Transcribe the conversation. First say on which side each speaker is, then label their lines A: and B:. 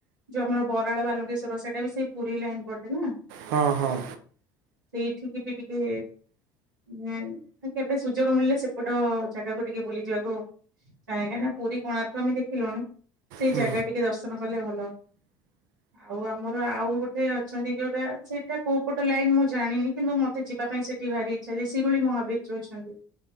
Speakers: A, on the right; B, on the right.
A: ଯୋଉ ଆମର ବରାଳ ବାଲୁଙ୍କେଶ୍ଵର ସେଇଟା ବି ସେଇ ପୁରୀ ଲାଇନ ପଟେ ନା?
B: ହଁ ହଁ
A: ସେଇଠି ବି ଟିକେ ହଁ କେବେ ସୁଯୋଗ ମିଳିଲେ ସେପଟ ଜାଗାକୁ ଟିକେ ବୁଲିଯିବାକୁ କାହିଁକିନା ପୁରୀ କୋଣାର୍କୁ ଆମେ ଦେଖିଲୁଣି ସେଇ
B: ହୁଁ
A: ଜାଗା ଟିକେ ଦର୍ଶନ କଲେ ଭଲ। ଆଉ ଆମର ଆଉ ଗୋଟେ ଅଛନ୍ତି ଯୋଉଟା ସେଇଟା କୋଉ ପଟ ଲାଇନ ମୁଁ ଜାଣିନି କିନ୍ତୁ ମ ମତେ ଯିବା ପାଇଁ ସେଠି ଭାରି ଇଚ୍ଛା ଯେ ଶିରୁଳି ମହାବୀର ଯୋଉ ଅଛନ୍ତି।